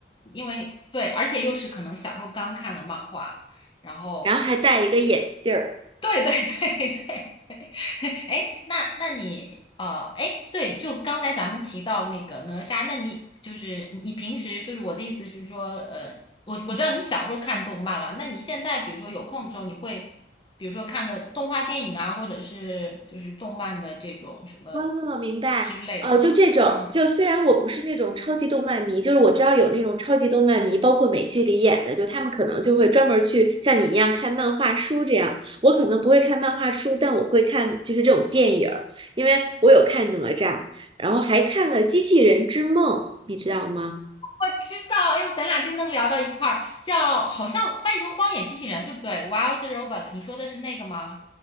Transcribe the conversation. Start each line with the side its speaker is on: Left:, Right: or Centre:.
Left: 因为对，而且又是可能小时候刚看的漫画，然后
Right: 然后还戴一个眼镜儿。
Left: 对对对 <laughs> 对，<laughs> 哎，那那你呃，哎，对，就刚才咱们提到那个哪吒，那你就是你你平时就是我的意思是说，呃，我我知道你小时候看动漫了，那你现在比如说有空的时候，你会比如说看个动画电影啊，或者是就是动漫的这种什么
Right: 哦，明白。
Left: 之类的吗？
Right: 呃，就这种，
Left: 嗯，
Right: 就虽然我不是那种超级动漫迷，就是我知道有那种超级动漫迷，包括美剧里演的，就他们可能就会专门儿去像你一样看漫画书这样。我可能不会看漫画书，但我会看就是这种电影儿，因为我有看哪吒，然后还看了《机器人之梦》，你知道吗？
Left: 我知道，哎呦，咱俩真能聊到一块儿，叫好像翻译成《荒野机器人》，对不对？Wild Robot，你说的是那个吗？